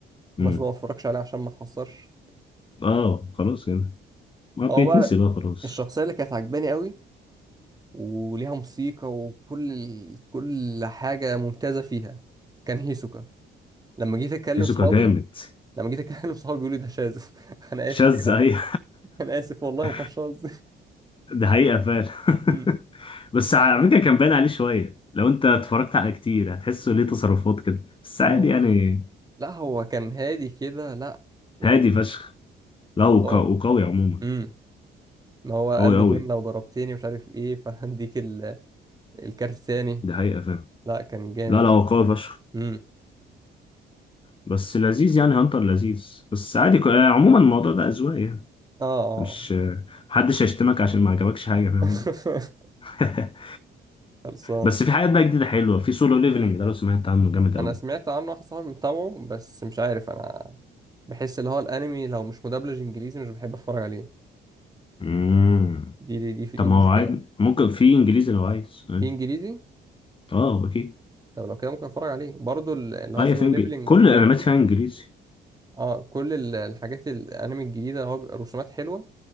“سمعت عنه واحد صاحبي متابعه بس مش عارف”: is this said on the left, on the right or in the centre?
Right